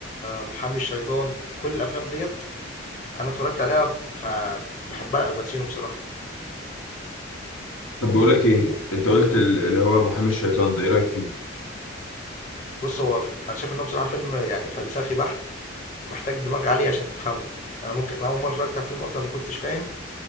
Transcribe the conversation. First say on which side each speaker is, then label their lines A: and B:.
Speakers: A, on the left (about 35°); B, on the left (about 85°).
A: محامي الشيطان كل الافلام ديت انا اتفرجت عليها فبحبها الباتشينو بصراحه
B: طب بقول لك ايه انت قلت ال- اللي هو محامي الشيطان ده ايه رايك فيه
A: بص هو ف- انا شايف انه بصراحه فيلم يعني فلسفي بحت ومحتاج دماغ عالي عشان تفهمه انا ممكن انا اول مره اتفرجت على الفيلم اصلا ما كنتش فاهم